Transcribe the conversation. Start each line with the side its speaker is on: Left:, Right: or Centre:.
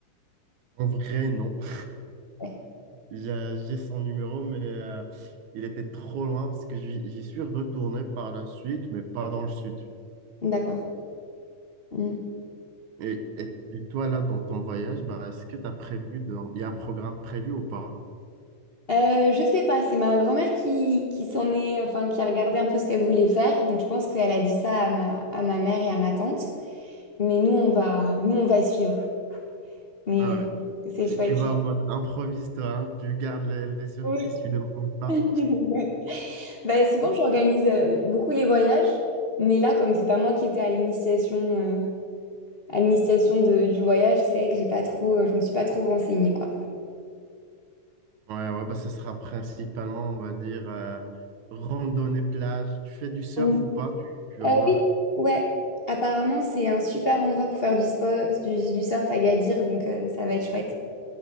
Right: En vrai, non. <laughs>
Left: Ouais.
Right: J'ai j'ai son numéro, mais euh, il était trop loin parce que j'y j'y suis retourné par la suite, mais pas dans le sud.
Left: D'accord. Mm.
Right: Et, et, et toi, là, dans ton voyage, bah, est-ce que tu as prévu de... Il y a un programme prévu ou pas?
Left: Euh, je sais pas, c'est ma grand-mère qui, qui s'en est, enfin, qui a regardé un peu ce qu'elle voulait faire. Donc je pense qu'elle a dit ça à ma, à ma mère et à ma tante. Mais nous, on va, nous, on va suivre. Mais
Right: Ah
Left: euh,
Right: ouais.
Left: c'est
Right: Tu,
Left: chouette.
Right: tu vas en mode improvise, toi, hein. Tu gardes les, les surprises,
Left: Oui.
Right: tu demandes pas.
Left: <laughs> Bah, souvent, j'organise euh, beaucoup les voyages, mais là, comme c'est pas moi qui étais à l'initiation euh, à l'initiation de- du voyage, c'est vrai que j'ai pas trop, euh, je me suis pas trop renseignée, quoi.
Right: Ouais, ouais, bah, ce sera principalement, on va dire, euh, randonnée, plage. Tu fais du surf
Left: Oui.
Right: ou pas? Tu, tu vas
Left: Euh,
Right: voir.
Left: oui, ouais. Apparemment, c'est un super endroit pour faire du sport, du, du surf à Gadir, donc euh, ça va être chouette.